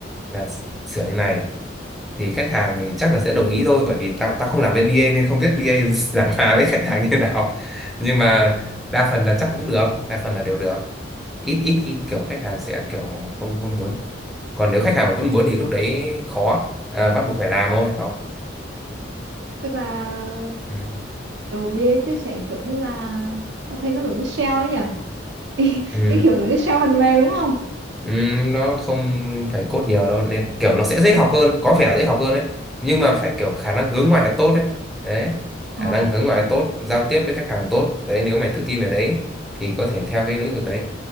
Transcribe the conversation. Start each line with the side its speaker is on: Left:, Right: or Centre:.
Centre: là s- sửa như này thì khách hàng thì chắc là sẽ đồng ý thôi bởi vì tao tao không làm bên BA nên không biết BA giảng hòa <laughs> với khách hàng như nào nhưng mà đa phần là chắc cũng được đa phần là đều được ít ít khi kiểu khách hàng sẽ kiểu không không muốn còn nếu khách hàng mà vẫn muốn thì lúc
Right: Ờ,
Centre: đấy khó à, bắt buộc phải làm thôi phải không
Right: tức là
Centre: ừ.
Right: kiểu BA chia sẻ kiểu như là tao thấy nó giống như sale ấy nhỉ <laughs> ý,
Centre: Ừ.
Right: ý kiểu giống như sale phần mềm đúng không
Centre: Ừm, nó không phải code nhiều đâu nên kiểu nó sẽ dễ học hơn có vẻ dễ học hơn đấy nhưng mà phải kiểu khả năng hướng ngoại tốt đấy đấy khả
Right: ờ
Centre: năng hướng ngoại tốt giao tiếp với khách hàng tốt đấy nếu mày tự tin về đấy thì có thể theo cái lĩnh vực đấy